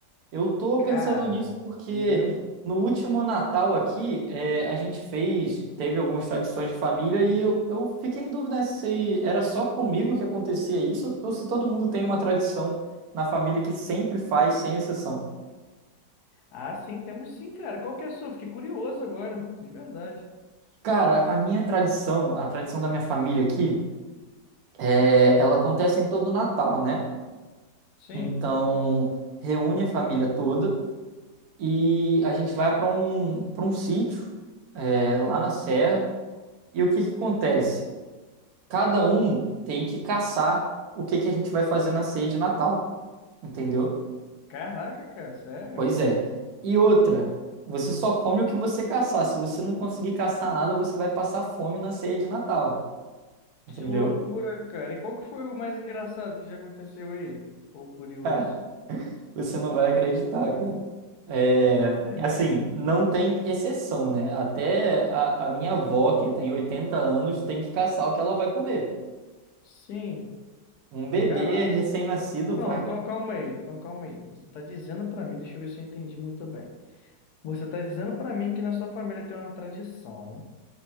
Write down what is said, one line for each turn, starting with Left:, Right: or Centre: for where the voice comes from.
Right: Eu tô
Left: Cara,
Right: pensando nisso porque
Left: temos.
Right: no último Natal aqui, é, a gente fez, teve algumas tradições de família e eu, eu fiquei em dúvida se era só comigo que acontecia isso ou se todo mundo tem uma tradição na família que sempre faz, sem exceção.
Left: Ah, sim, temos sim, cara. Qual que é a sua? Fiquei curioso agora, de verdade.
Right: Cara, a minha tradição, a tradição da minha família aqui, é, ela acontece em todo Natal, né?
Left: Sim.
Right: Então, reúne a família toda e a gente vai para um, para um sítio, é, lá na
Left: Sim.
Right: Serra. E o que que acontece? Cada um tem que caçar o que que a gente vai fazer na ceia de Natal. Entendeu?
Left: Caraca, cara, sério?
Right: Pois é. E outra, você só come o que você caçar. Se você não conseguir caçar nada, você vai passar fome na ceia de Natal. Entendeu?
Left: Que loucura, cara. E qual que foi o mais engraçado que já aconteceu aí? Ou
Right: <laughs>
Left: curioso?
Right: Cara, você não vai acreditar, cara. É,
Left: Sim.
Right: assim, não tem exceção, né? Até a, a minha avó, que tem 80 anos, tem que caçar o que ela vai comer.
Left: Sim.
Right: Um bebê
Left: Caraca.
Right: recém-nascido
Left: Não,
Right: vai.
Left: então calma aí. Então calma aí. Você tá dizendo pra mim, deixa eu ver se eu entendi muito bem. Você está dizendo para mim que na sua família tem uma tradição,